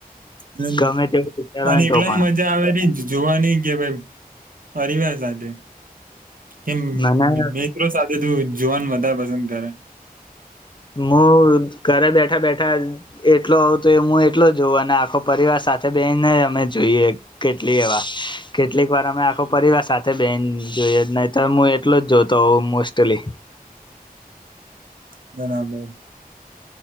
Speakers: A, on the right (about 65°); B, on the left (about 30°).
A: હમ
B: ગમે તેવું પિક્ચર હોય
A: અને
B: ને
A: એકલાને
B: તો પણ
A: મજા આવે ર જોવાની કે ભાઈ પરીવાર સાથે. કેમ
B: મને
A: મિત્રો સાથે. એ તું જોવાન વધાર પસંદ કરે.
B: <unintelligible> ઘરે બેઠા-બેઠા એટલો આવતો હોય હું એટલો જ જોવાના, આખો પરિવાર સાથે બેહીનેય અમે જોઈએ કેટલીયે વાર. કેટલીક વાર અમે આખો પરિવાર સાથે બેહીન જોઈએ નહીતર હું તો હું એટલો જ જોતો હોઉં મોસ્ટલી.
A: બરાબર.